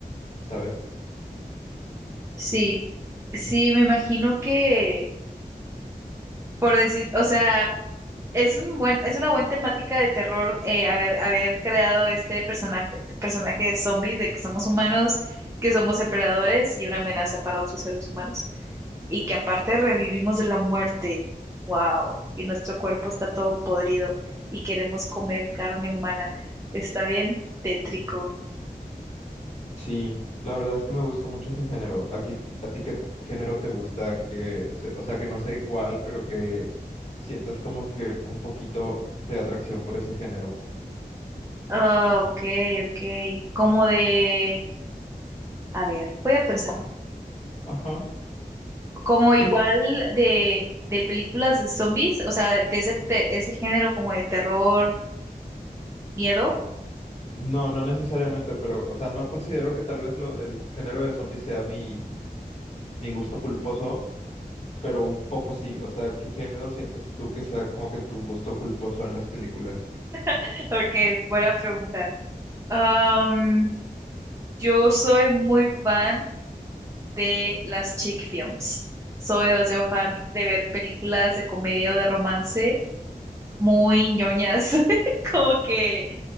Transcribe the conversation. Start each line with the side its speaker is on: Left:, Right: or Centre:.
Left: ¿sabes?
Right: Sí. Sí, me imagino que, por decir, o sea. Es un buen, es una buena temática de terror eh, haber, haber creado este personaje, personaje de zombies, de que somos humanos, que somos depredadores y una amenaza para otros seres humanos. Y que aparte revivimos de la muerte. ¡Wow! Y nuestro cuerpo está todo podrido y queremos comer carne humana. Está bien tétrico.
Left: Sí, la verdad es que me gusta mucho ese género. Aquí, ¿a ti qué t- género te gusta que, se- o sea, que no sea igual, pero que sientas como que un poquito de atracción por ese género?
Right: Ah, ok, ok. Como de... A ver, voy a pensar.
Left: Ajá.
Right: Como igual
Left: Por-
Right: de, de películas de zombies, o sea, de ese, te- ese género como de terror, miedo.
Left: No, no necesariamente, pero, o sea, no considero que tal vez lo, el género de zombies sea mi, mi gusto culposo, pero un poco sí. O sea, ¿qué género sientes tú que sea como que tu gusto culposo en las películas?
Right: <laughs> Ok, buena pregunta. Am, yo soy muy fan de las chick films. Soy demasiado fan de ver películas de comedia o de romance muy ñoñas, <laughs> como que,